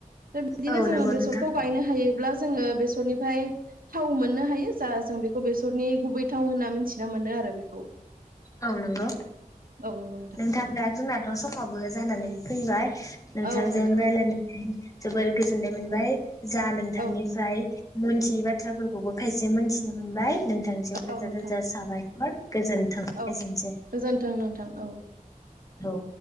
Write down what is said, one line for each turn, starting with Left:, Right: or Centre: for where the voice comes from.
Right: बिदिनो
Left: औ
Right: जोङो
Left: नंगौ
Right: बेसरखौ
Left: नोंथां
Right: गायनो हायोब्ला जोङो बेसरनिफ्राय थाव मोननो हायो जा जों बेखौ बेसरनि गुबै थाव होनना मिथिना मोनो आरो बेखौ
Left: औ नंगौ
Right: औ नंगौ
Left: नोंथां दा जोंनाथ' समावबो जानानै फैबाय नोंथांजों
Right: औ नोंथां
Left: रायलायनानै जोबोर गोजोननाय मोनबाय जा नोंथांनिफ्राय
Right: औ
Left: मोनथियै बाथ्राफोरखौबो खायसे मोनथिनो मोनबाय नोंथांसिम रोजा
Right: औ नोंथां
Left: रोजा साबायखर गोजोन्थों।
Right: औ
Left: एसेनोसै
Right: गोजोनथों नोंथां औ
Left: औ